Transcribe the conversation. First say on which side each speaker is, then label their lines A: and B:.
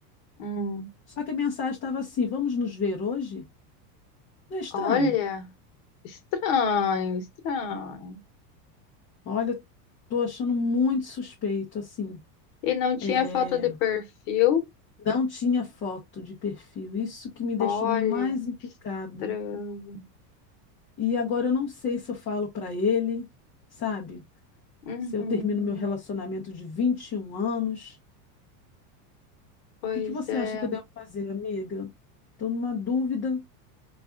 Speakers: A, on the left (about 55°); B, on the left (about 25°).
A: Hum.
B: só que a mensagem estava assim: vamos nos ver hoje? Não é estranho?
A: Olha, estranho, estranho.
B: Olha, tô achando muito suspeito, assim.
A: E não tinha
B: É,
A: foto de perfil?
B: não tinha foto de perfil, isso que me deixou
A: Olha,
B: mais encucada.
A: estranho.
B: E agora eu não sei se eu falo para ele, sabe?
A: Uhum.
B: Se eu termino meu relacionamento de 21 anos.
A: Pois
B: que que você
A: é.
B: acha que eu devo fazer, amiga? Tô numa dúvida.